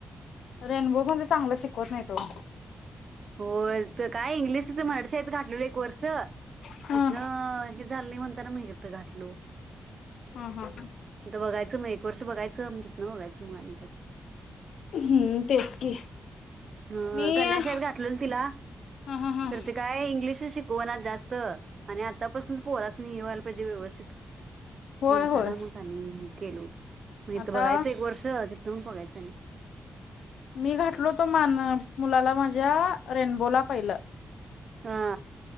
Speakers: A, on the left (about 80°); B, on the right (about 55°).
A: रेनबो म्हणे चांगल शिकवत नाहीत ओ.
B: होय, इथं काय इंग्लिशच मराठी शाळेत घातलेलो एक वर्ष तिथनं
A: हा
B: झाल नाही, म्हणताना म इथं घातलो.
A: हा हा.
B: आता बघायचं मग एक वर्ष बघायचं म तिथनं बघायचं मग आणि
A: हम तेच की.
B: ह
A: मी
B: कन्याशाळेत
A: हा
B: घातलेल तिला.
A: हा हा
B: कर ते काय इंग्लिश शिकव ना जास्त आणि आतापासून पोर. स्वाल पाहिजे व्यवस्थित
A: होय
B: म्हणताना
A: होय
B: मग त्यांनी केलो. मग इथ
A: आता
B: बघायचं एक वर्ष तिथ पण बघायचं आणि.
A: मी घातलो तो मान मुलाला माझ्या रेनबोला पाहिलं.
B: हा.